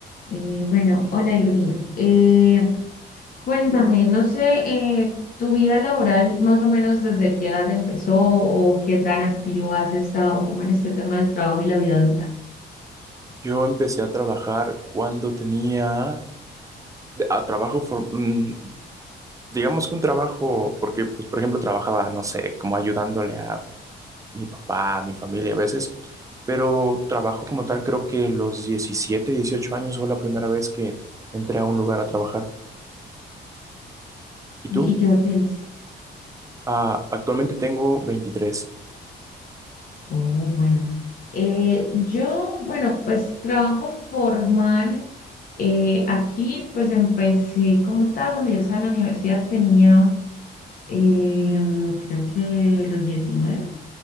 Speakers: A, on the left; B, on the right.
A: Y bueno, hola Irving. Eh, cuéntame, no sé, eh, tu vida laboral más o menos desde qué edad empezó o qué tan activo has estado como en este tema del trabajo y la vida adulta.
B: Yo empecé a trabajar cuando tenía a trabajo, for- mm, digamos que un trabajo, porque pues por ejemplo trabajaba, no sé, como ayudándole a mi papá, a mi familia a veces, pero trabajo como tal creo que los 17, 18 años fue la primera vez que entré a un lugar a trabajar. ¿Y
A: ¿Y,
B: tú?
A: y qué edad tienes?
B: Ah, actualmente tengo veintitrés.
A: Oh, bueno. Eh, yo, bueno, pues trabajo formal. eh, aquí pues empecé como tal, cuando yo estaba en la universidad tenía... em, creo que los diecinueve